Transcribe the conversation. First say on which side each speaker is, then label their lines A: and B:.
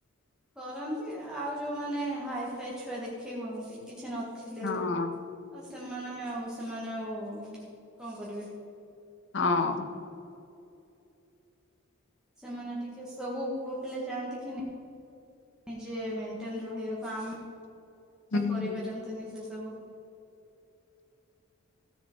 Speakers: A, in the centre; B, on the left.
A: କରନ୍ତି ଆଉ ଯୋଉମାନେ ହାଇଫାଇ ଛୁଆ ଦେଖେଇ ହୁଅନ୍ତି କିଛି ନ ଥିଲେ
B: ହଁ
A: ବି। ସେମାନେ ଆଉ ସେମାନେ ଆଉ କଣ କରିବେ।
B: ହଁ।
A: ସେମାନେ ଟିକେ ସବୁ ପୁଅପିଲା ଯାଆନ୍ତି କିି ନିଜେ ମେଟେନ ରହିବାକୁ ଆମେ ଆମେ
B: ହୁଁ
A: କରିପାରନ୍ତ ନି ତବୁ